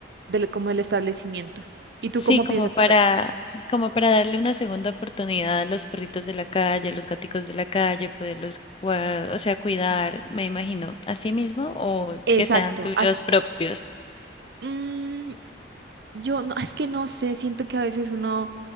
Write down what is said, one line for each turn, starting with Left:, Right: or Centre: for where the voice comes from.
Right: del, como del establecimiento. ¿Y
Left: Sí,
Right: tú cómo
Left: como
Right: piensas?
Left: para, como para darle una segunda oportunidad a los perritos de la calle, a los gaticos de la calle, poderlos, cua- o sea, cuidar, me imagino, a sí mismo o
Right: Exacto.
Left: que sean tuyos
Right: as-
Left: propios.
Right: mm, yo no, es que no sé, siento que a veces uno,